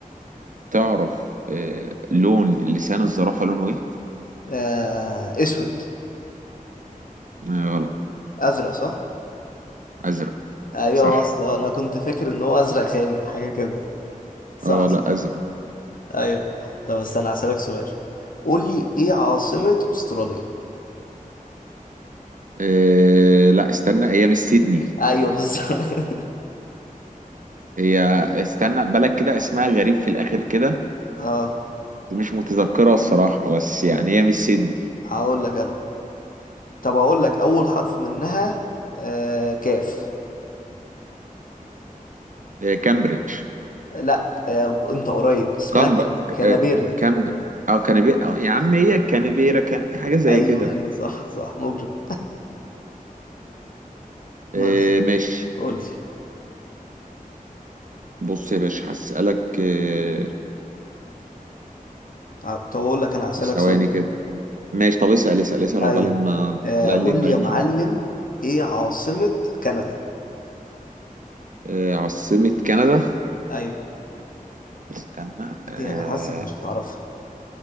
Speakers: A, on the right; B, on the left.
A: تعرف آه لون لسان الزرافة لونه ايه؟
B: آه اسود
A: آه غلط
B: ازرق صح
A: ازرق
B: ايوه
A: صح
B: اصلا انا كنت فاكر ان هو ازرق غامق حاجه كده صح
A: اه لا ازرق
B: ايوه طب استنى هسألك سؤال قول لي ايه عاصمة استراليا
A: آه لا استنى هي مش سيدني
B: ايوه بالظبط <laughs>
A: هي استنى بلد كده اسمها غريب في الاخر كده
B: اه
A: مش متذكرها الصراحة بس يعني هي مش سيدني
B: هقول لك انا طب هقول لك اول حرف منها آه كاف
A: آه كامبريدج
B: لا آه انت قريب اسمها
A: كامب
B: كان كانبيرا
A: آه كامب او كانبي أو يا عم هي كانبيرا كان حاجة زي
B: ايوه
A: كده
B: ايوه صح صح مجرم
A: آه
B: <laughs> بس
A: ماشي
B: قول لي
A: بص يا باشا هسألك آه
B: طب اقول لك انا هسألك
A: ثواني
B: سؤال تاني.
A: كده ماشي طب اسأل اسأل اسأل
B: ايوه
A: عقبال ما
B: آه
A: لأن
B: قول
A: دماغي
B: لي يا
A: مش
B: معلم
A: مجمع
B: ايه عاصمة كندا
A: آه، عاصمة كندا
B: ايوه
A: استنى
B: دي
A: آه،
B: انا حاسك مش هتعرفها